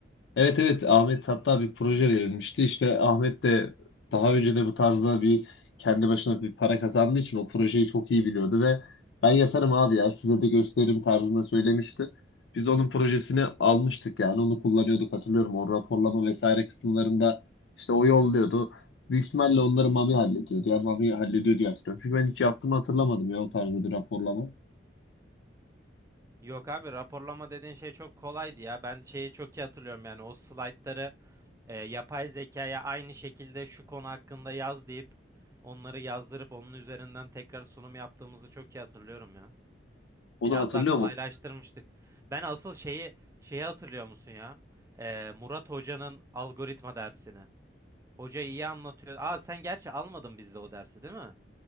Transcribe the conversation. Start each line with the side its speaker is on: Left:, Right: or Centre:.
Left: Evet evet Ahmet hatta bir proje verilmişti. İşte Ahmet de daha önce de bu tarzda bir kendi başına bir para kazandığı için o projeyi çok iyi biliyordu ve ben yaparım abi ya size de gösteririm tarzında söylemişti. Biz de onun projesini almıştık yani onu kullanıyorduk hatırlıyorum o raporlama vesaire kısımlarında işte o yolluyordu. Büyük ihtimalle onları Mami hallediyordu ya Mami hallediyor diye hatırlıyorum. Çünkü ben hiç yaptığımı hatırlamadım ya o tarzda bir raporlama.
Right: Yok abi raporlama dediğin şey çok kolaydı ya. Ben şeyi çok iyi hatırlıyorum yani o slaytları e, yapay zekaya aynı şekilde şu konu hakkında yaz deyip onları yazdırıp onun üzerinden tekrar sunum yaptığımızı çok iyi hatırlıyorum ya.
Left: Onu
Right: Biraz
Left: hatırlıyor
Right: daha kolaylaştırmıştık.
Left: mu?
Right: Ben asıl şeyi şeyi hatırlıyor musun ya? E, Murat Hoca'nın algoritma dersini. Hoca iyi anlatıyor. Aa sen gerçi almadın bizde o dersi değil mi?